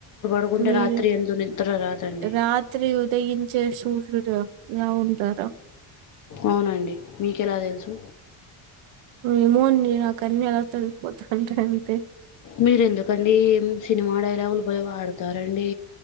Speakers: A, on the left; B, on the right.
A: <unintelligible>
B: మీరు
A: రాత్రి యందు నిద్ర <unintelligible>
B: రాత్రి ఉదయించే సూర్యుడు ల ఉంటార
A: అవునండి మీకెలా తెలుసు
B: ఏమోండి నాకు అన్నీ అలా తెలిసిపోతుంటాయి అంతే
A: మీరు ఎందుకండి సినిమా డైలాగులు బలే వాడుతారండి